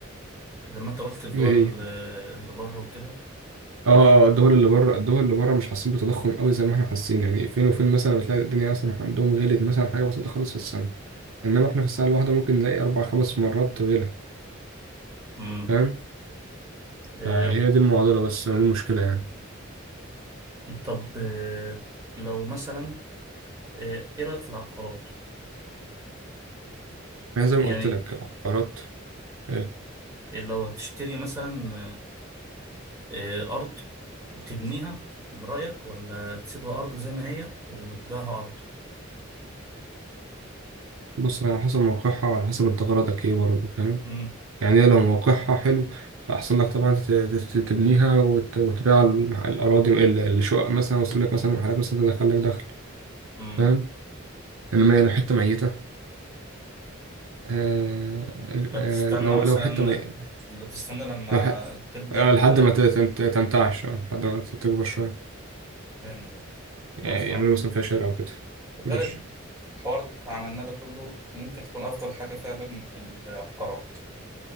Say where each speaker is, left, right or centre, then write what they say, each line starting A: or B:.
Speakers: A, on the right; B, on the right.
A: لما انت قلت الدول
B: ايه هي
A: اللي بره وكده
B: اه الدول اللي بره الدول اللي بره مش حاسين بتضخم قوي زي ما احنا حاسين يعني فين وفين مثلا بتلاقي الدنيا مثلا عندهم غلت مثلا حاجه بسيطه خالص في السنه انما احنا في السنه الواحده ممكن نلاقي اربع خمس مرات غلا
A: امم
B: فاهم
A: إيه
B: فهي دي المعضله بس دي المشكله يعني
A: طب إيه لو مثلا إيه إيه رأيك في العقارات
B: يعني زي ما
A: يعني
B: قلت لك العقارات آه،
A: لو هتشتري مثلا إيه إيه أرض تبنيها رأيك ولا تسيبها أرض زي ما هي وتبيعها أرض
B: بص على حسب موقعها وعلى حسب انت غرضك ايه برضه فاهم
A: امم
B: يعني هي لو موقعها حلو فأحسن لك طبعا تت- تت- تبنيها وت- وتبيع ال- الأراضي ال- الشقق مثلا وتسيب لك مثلا محلات مثلا تدخل لك دخل
A: امم
B: فاهم إنما هي لو حتة ميتة آه
A: فتستنى
B: آه لو
A: مثلا
B: لو حتة ميتة
A: لا تستنى لما
B: لو ح-
A: تبدأ
B: آه لحد
A: ت-
B: ما ت- تنت- تنتعش آه، لحد ما ت- تكبر شوية
A: فهمت
B: يعني
A: خلاص تمام
B: يعملوا مثلا فيها شارع وكده
A: في
B: ماشي
A: الغالب الحوار اللي عملناه ده كله ممكن تكون أفضل حاجة فعلا العقارات